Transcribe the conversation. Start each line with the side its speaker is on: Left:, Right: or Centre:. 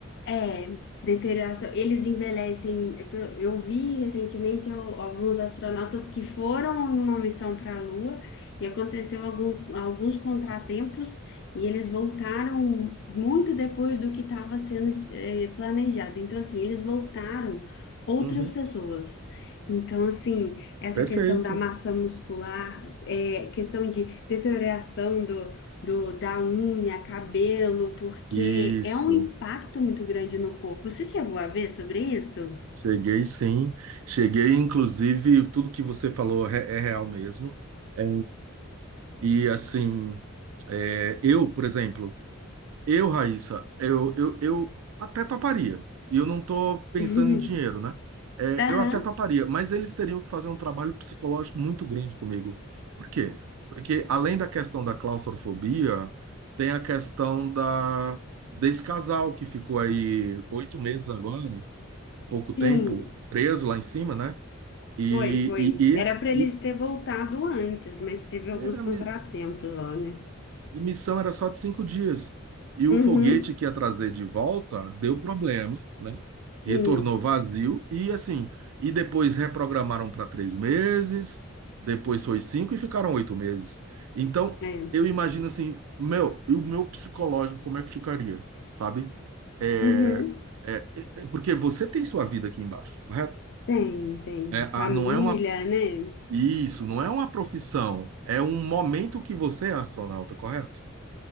Left: É, deterioração. Eles envelhecem. Eu eu vi recentemente al- alguns astronautas que foram em uma missão para a Lua e aconteceu algum- alguns contratempos e eles voltaram muito depois do que estava sendo eh, planejado. Então, assim, eles voltaram outras
Right: Uhum,
Left: pessoas. Então, assim, essa
Right: perfeito.
Left: questão da massa muscular, é, questão de deterioração do, da unha, cabelo, porque
Right: Isso.
Left: é um impacto muito grande no corpo. Você chegou a ver sobre isso?
Right: Cheguei sim, cheguei inclusive, tudo que você falou é, é real mesmo. É, e assim, é, eu, por exemplo, eu, Raíssa, eu, eu, eu até toparia. E eu não estou pensando
Left: <laughs>
Right: em dinheiro, né? É,
Left: Aham,
Right: eu até toparia, mas eles teriam que fazer um trabalho psicológico muito grande comigo. Por quê? Porque além da questão da claustrofobia, tem a questão da, desse casal que ficou aí oito meses agora, pouco tempo,
Left: sim,
Right: preso lá em cima, né? E,
Left: foi, foi.
Right: e,
Left: Era para eles
Right: e,
Left: ter voltado antes, mas teve alguns
Right: e era,
Left: contratempos,
Right: a mi-
Left: ó, né?
Right: a missão era só de cinco dias. E o
Left: Uhum,
Right: foguete que ia trazer de volta deu problema, né? Retornou
Left: sim,
Right: vazio e assim. E depois reprogramaram para três meses, depois foi cinco e ficaram oito meses. Então,
Left: é.
Right: eu imagino assim, meu, e o meu psicológico, como é que ficaria, sabe? É,
Left: Uhum,
Right: é, é- é porque você tem sua vida aqui embaixo, correto?
Left: tem, tem.
Right: É, a-
Left: Família,
Right: não é uma
Left: né?
Right: Isso não é uma profissão, é um momento que você é astronauta, correto?